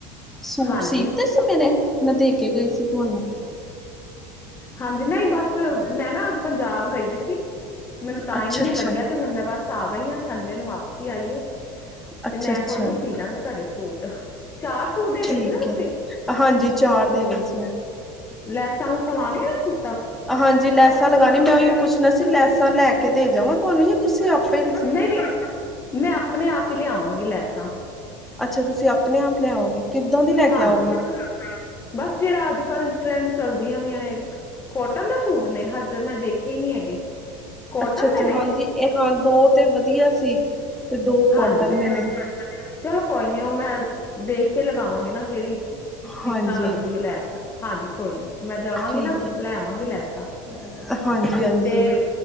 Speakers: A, in the centre; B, on the left (about 25°).
A: ਸੂਟ
B: ਹਾਂਜੀ
A: ਸੀਲ ਤੇ ਮੇਰੇ, ਮੈਂ ਦੇ ਕੇ ਗਈ ਸੀ ਤੁਹਾਨੂੰ।
B: ਹਾਂਜੀ ਨਹੀਂ ਬਸ, ਮੈਂ ਨਾ ਪੰਜਾਬ ਗਈ ਦੀ ਸੀ। ਮੈਨੂੰ ਟਾਈਮ
A: ਅੱਛਾ
B: ਹੀ ਨਹੀਂ
A: ਅੱਛਾ
B: ਲੱਗਿਆ, ਤੇ ਹੁਣ ਮੈਂ ਬਸ ਆ ਗਈ ਹਾਂ, ਸੰਡੇ ਨੂੰ ਵਾਪਸੀ ਆਈਏ।
A: ਅੱਛਾ
B: ਤੇ ਮੈਂ
A: ਅੱਛਾ
B: ਕੋਈ ਨੀ ਸੀਅ ਦਾਂਗੀ ਤੁਹਾਡੇ ਸੂਟ। ਚਾਰ ਸੂਟ ਦੇ
A: ਠੀਕ
B: ਗਏ ਸੀ, ਨਾ ਤੁਸੀਂ।
A: ਹੈ। ਹਾਂਜੀ ਚਾਰ ਦੇ ਗਈ ਸੀ ਮੈਂ।
B: ਲੈਸਾਂ ਲੂਸਾਂ ਲਾਣੀਆਂ ਨੀ ਸੀ।
A: ਹਾਂਜੀ ਲੈਸਾਂ ਲਗਾਣੀ, ਮੈਂ ਉਹੀ ਪੁੱਛਣਾ ਸੀ, ਲੈਸਾਂ ਲੈ ਕੇ ਦੇ ਜਾਵਾਂ ਤੁਹਾਨੂੰ ਜਾਂ ਤੁਸੀਂ ਆਪੇ
B: ਨਹੀਂ- ਨਹੀਂ, ਮੈਂ ਆਪਣੇ ਆਪ ਈ ਲਿਆਵਾਂਗੀ ਲੈਸਾਂ।
A: ਅੱਛਾ ਤੁਸੀਂ ਆਪਣੇ ਆਪ ਲਿਆਓਗੇ, ਕਿੱਦਾਂ ਦੀ ਲੈ ਕੇ
B: ਹਾਂਜੀ
A: ਆਓਗੇ।
B: ਬਸ ਜਿਹੜਾ ਅੱਜ- ਕੱਲ੍ਹ ਟਰੈਂਡ ਚਲਦੀਆਂ ਵੀਈਆਂ ਨੇ। ਕੋਟਨ ਦੇ ਸੂਟ ਨੇ, ਹਾਲ ਚ ਮੈਂ ਦੇਖੇ ਹੀ ਨਹੀਂ ਹੈਗੇ। ਕੋਟਨ
A: ਅੱਛਾ ਅੱਛਾ
B: ਦੇ ਨੇ,
A: ਹਾਂਜੀ ਇਹ ਹਾਂ ਦੋ ਤੇ ਵਧੀਆ ਸੀ ਤੇ ਦੋ ਕੋਟਨ
B: ਹਾਂਜੀ।
A: ਦੇ ਨੇ
B: ਚਲੋ ਕੋਈ ਨੀ, ਉਹ ਮੈਂ ਦੇਖ ਕੇ ਲਗਾਵਾਂਗੀ ਨਾ, ਕਿਹੜੀ ਕਿਸ
A: ਹਾਂਜੀ
B: ਤਰ੍ਹਾਂ ਲੱਗਦੀ ਐ ਲੈਸ। ਹਾਂਜੀ ਕੋਈ ਨੀ, ਮੈਂ ਜਾਵਾਂਗੀ
A: ਠੀਕ
B: ਨਾ, ਲੈ ਆਵਾਂਗੀ ਲੈਸਾਂ
A: ਹੈ ਹਾਂਜੀ ਹਾਂਜੀ
B: ਤੇ